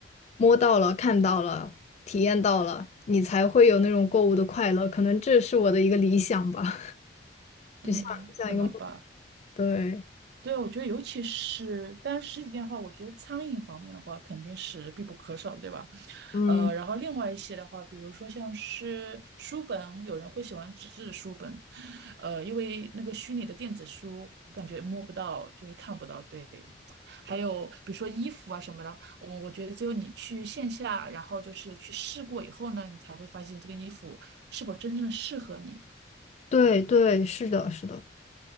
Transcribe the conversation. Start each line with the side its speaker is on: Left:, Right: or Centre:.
Left: 摸到了、看到了、体验到了，你才会有那种购物的快乐。可能这是我的一个理想吧，
Right: 嗯，
Left: <laughs> 像一个梦。
Right: 可能吧。
Left: 对，
Right: 对，我觉得尤其是，当然实体店的话，我觉得餐饮方面的话肯定是必不可少的，对吧？
Left: 嗯，
Right: 呃，然后另外一些的话，比如说像是书本，有人会喜欢纸质的书本，呃，因为那个虚拟的电子书，我感觉摸不到，就是看不到，对。还有比如说衣服啊什么的，我我觉得只有你去线下，然后就是去试过以后呢，你才会发现这个衣服是否真正的适合你。
Left: 对对，是的，是的。